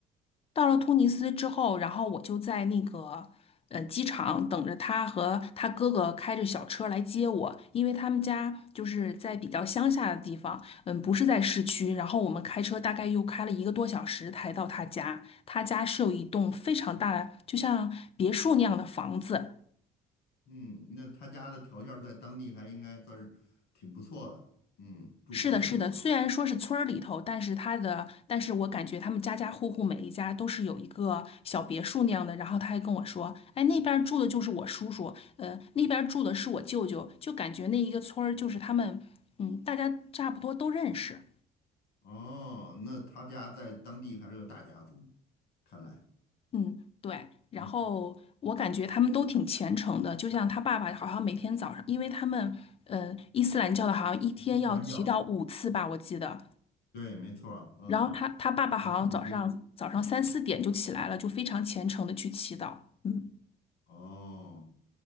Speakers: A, on the left (about 35°); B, on the left (about 75°).
A: 到了突尼斯之后，然后我就在那个呃机场等着他和他哥哥开着小车来接我，因为他们家就是在比较乡下的地方，嗯，不是在市区。然后我们开车大概又开了一个多小时才到他家。他家是有一栋非常大的，就像别墅那样的房子，
B: 嗯，那他家的条件在当地还应该算是挺不错的，嗯，住别墅都。
A: 是的，是的，虽然说是村儿里头，但是他的，但是我感觉他们家家户户每一家都是有一个小别墅那样的。然后他还跟我说，哎，那边儿住的就是我叔叔，呃，那边儿住的是我舅舅，就感觉那一个村儿就是他们，嗯，大家差不多都认识，
B: 哦，那他家在当地还是个大家族，看来，
A: 嗯，对。然后我感觉他们都挺虔诚的，
B: 嗯，
A: 就像他爸爸好像每天早上，因为他们，呃，伊斯兰教的好像一天要祈祷五次吧，
B: 一山药，
A: 我记得。
B: 对，没错儿嗯，
A: 然后他他爸爸好像早上早上三四点就起来了，
B: 要唱经。
A: 就非常虔诚的去祈祷。嗯
B: 哦，